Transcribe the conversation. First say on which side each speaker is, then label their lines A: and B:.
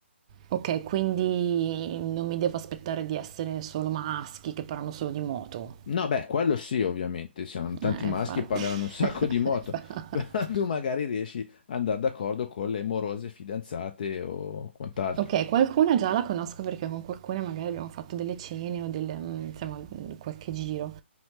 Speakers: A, on the right; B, on the left.
A: Okay, quindi non mi devo aspettare di essere solo maschi che parlano solo di moto.
B: No, beh, quello sì, ovviamente, siamo tanti
A: Eh,
B: maschi
A: infatti.
B: e parleranno un sacco
A: <laughs>
B: di moto, <laughs> però tu magari riesci ad andare d'accordo con le morose fidanzate o quant'altro.
A: Okay, qualcuna già la conosco perché con qualcuna magari abbiamo fatto delle cene o delle, mhmm, insomma, mhmm, qualche giro.